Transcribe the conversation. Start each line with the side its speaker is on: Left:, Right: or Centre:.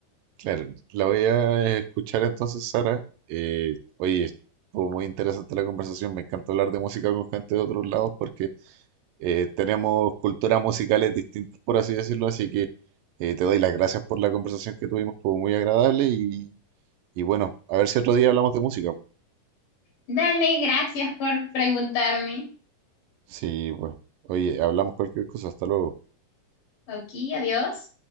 Right: claro, la voy a escuchar entonces, Sara. Eh, oye, estuvo muy interesante la conversación. Me encanta hablar de música con gente de otros lados porque eh, tenemos culturas musicales distintas, por así decirlo, así que eh, te doy las gracias por la conversación que tuvimos, fue muy agradable y, y bueno, a ver si otro día hablamos de música. pues.
Left: dale, gracias por preguntarme.
Right: Sí, pues, oye, hablamos cualquier cosa, hasta luego.
Left: Aquí, adiós.